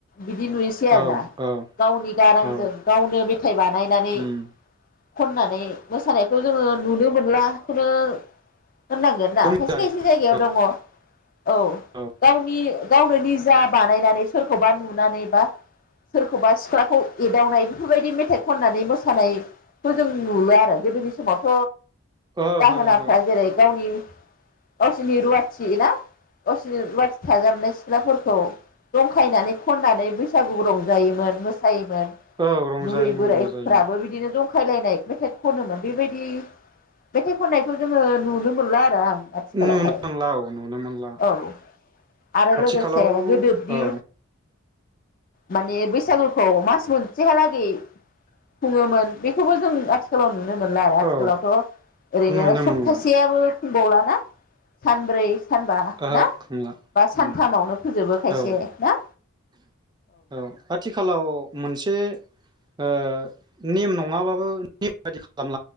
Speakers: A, on the left (about 40°); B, on the right (about 20°).
A: बिदि नुनोसै
B: औ
A: आरोना
B: औ
A: गावनि गारांजों
B: औ
A: गावनो मेथाइ बानायनानै
B: उम
A: खननानै मोसानायखौ जोङो नुनो मोन ला खौनो होननांगोन ना
B: बुंजायो
A: खायसे खायसे जायगायाव
B: औ
A: दङ। औ
B: औ
A: गावनि गावनो निजा बानायनानै सोरखौबा नुनानै बा सोरखौबा सिख्लाखौ एदावनाय बेफोरबायदि मेथाइ खननानै मोसानायखौ जों नुला आरो गोदोनि समावथ
B: ओहो
A: दाहोनाफ्रा
B: ओहो
A: जेरै गावनि गावसिनि रुवाथि ना गावसिनि रुवाथि थाजाबनाय सिख्लाफोरखौ जंखायनानै खननानै बैसागु रंजायोमोन मोसायोमोन
B: औ रंजायोमोन
A: बुरै बोरायफ्राबो
B: रंजायोमोन
A: बिदिनो जंखा खायलायनाय मेथाइ खनोमोन बेबायदि मेथाइ खननायखौ जोङो नुनो मोनला आरो आं। आथिखालावहाय
B: नुनो मोनला औ नुनो मोनला
A: औ आरो लोगोसे
B: आथिखालाव
A: गोदोदि
B: औ।
A: माने बैसागुखौ मास मोनसेहालागै खुङोमोन बेखौबो जों आथिखालाव नुनो मोनला आरो आथिखालावथ
B: औ
A: ओरैनो
B: नुनो
A: सप्तासेयाबो
B: मोनला
A: थांबवला ना सानब्रै सानबा
B: ओहो
A: ना
B: खुंला
A: बा सानथामावनो
B: उम
A: फोजोबो खायसे
B: औ
A: ना?
B: औ आथिखालाव मोनसे ओ नेम नङाबाबो नेम बायदि खालाम